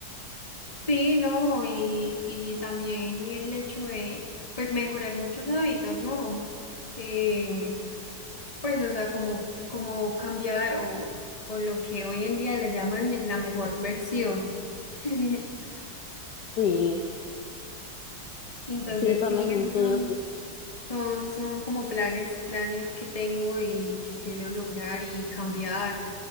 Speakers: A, on the left; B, on the left.
A: Sí, no, y, y también el hecho de, pues, mejorar muchos hábitos, ¿no? Eh, Pues, o sea, como, como cambiar o, o lo que hoy en día le llaman en la mejor versión. <laughs>
B: Sí,
A: Entonces,
B: sí, también
A: sí,
B: te
A: son,
B: digo que
A: son, son como planes, planes que tengo y que quiero lograr y cambiar.